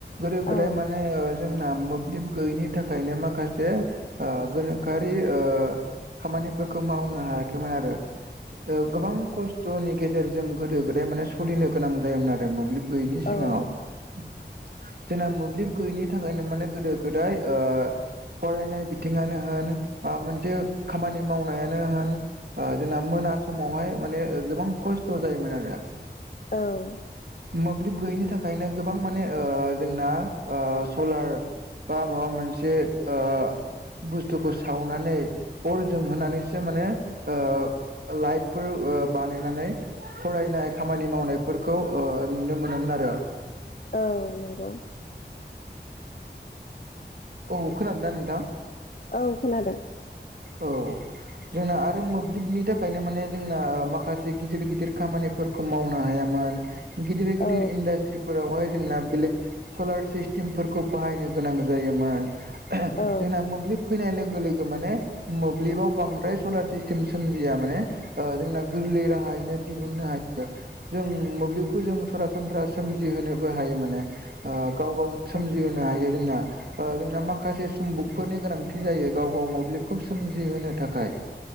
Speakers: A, on the right; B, on the left.
A: गोदो गोदाय
B: औ
A: माने ओ जोंना मोब्लिब गैयैनि थाखायनो माखासे ओ गोनोखो आरि ओ खामानिफोरखौ मावनो हायाखैमोन आरो ओ गोबां खस्थ'नि गेजेरजों गोदो गोदाय माने सलिनो गोनां जायोमोन आरो मोब्लिब गैयिनि
B: औ
A: सिगाङाव। जोंना मोब्लिब गैयिनि थाखायनो माने गोदो गोदाय ओ फरायनाय बिथिङानो होन बा मोनसे खामानि मावनायानो होन ओ जोंना मोना समावहाय माने गोबां खस्थ' जायोमोन आरो
B: औ
A: मोब्लिब गोयिनि थाखायनो गोबां माने ओ जोंना ओ सलार बा माबा मोनसे ओ बुस्थुखौ सावनानै अर जोंहोनानैसो माने ओ लाइटफोर ओ बानायनानै फरायनाय खामानि मावनायफोरखौ ओ नुनो मोनोमोन आरो
B: औ नंगौ।
A: औ खोनादो ना नोंथां?
B: औ खोनादों।
A: औ जोंना आरो मोब्लिबनि थाखायनो माने जोंना ओ माखासे गिदिर गिदिर खामानिफोर खौ मावनो हायामोन गिदिर गिदिर
B: औ
A: इन्डास्ट्रिफोरावहाय जोंना बेलेग सलार सिस्टेमफोरखौ बाहायनो गोनां जायोमोन
B: औ
A: जोंना मोब्लिब फैनाय लोगो लोगो माने मोब्लिबाव बांद्राय सलार सिस्टेम सोमजिया माने ओ जोंना गोरलै राहायैनो दिहुननो हायो। जों मोब्लिबखौ जों सरासनस्रा सोमजिहोनोबो हायो माने। ओ गाव गाव सोमजिहोनो
B: औ
A: हायो जोंना ओ जोंना माखासे सम्बुकफोरनि गोनांथि जायो गाव गाव मोब्लिब खौ सोमजिहोनो थाखाय।